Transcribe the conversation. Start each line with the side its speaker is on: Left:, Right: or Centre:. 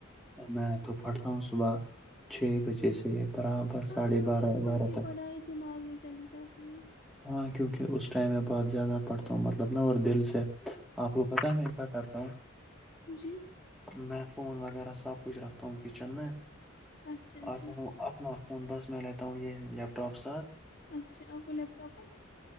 Centre: میں تو پڑتا ہوں صبح چھ بجے سے برابر
Left: ہاں
Centre: ساڑھے
Left: ہاں
Centre: بارہ
Left: صبح
Centre: بارہ
Left: کی
Centre: تک
Left: پڑھائی دماغ چلی جاتی ہے
Centre: ہاں کیوںکہ اس ٹائم میں بہت زیادہ پڑھتا ہوں مطلب ن اور دل سے آپ کو پتہ ہے میں کیا کرتا ہوں
Left: جی
Centre: میں فون وغیرہ سب کچھ رکھتا ہوں کچن میں
Left: اچھا اچھا
Centre: آپ اپنا فون بس میں لیتا ہوں یہ لیپٹاپ ساتھ
Left: اچھا آپ کو لیپ ٹاپ ہے